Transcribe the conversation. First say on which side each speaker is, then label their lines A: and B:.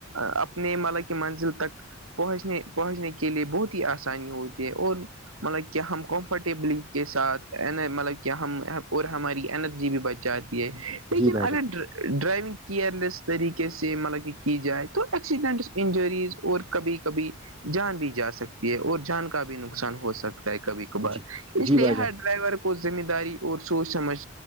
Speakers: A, on the right; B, on the right.
A: اپنے ملا کی منزل تک پہنچنے پہنچنے کے لیے بہت ہی آسانی ہوتی ہے اور مطلب کہ ہم کمفرٹیبلی کے ساتھ مطلب کہ ہم اور ہماری جی بھی بچاتی ہے لیکن
B: جی بھائی
A: اگر
B: جان
A: ڈ ڈرائیونگ کیئرلیس طریقے سے مطلب کہ کی جائے تو ایکسیڈنٹس انجریز اور کبھی کبھی جان بھی جا سکتی ہے اور جان کا بھی نقصان ہو سکتا ہے کبھی بار
B: جی
A: اس
B: جی
A: لیے
B: بھائی جان
A: ہر ڈرائیور کو ذمہ داری اور سوچ سمجھ